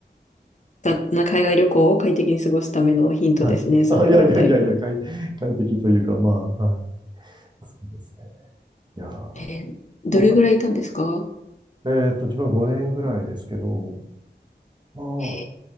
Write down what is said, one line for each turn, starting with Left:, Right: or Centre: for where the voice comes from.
Left: がな海外旅行を快適に過ごすためのヒントですね、
Right: はい。
Left: それはだいぶ。
Right: あ、いやいやいやいや、快、快適というか、まあ、はい。そうですね。いやー、
Left: えーどれぐらいいたんですか
Right: 僕は、えっと、自分は5年ぐらいですけど、まああ
Left: へ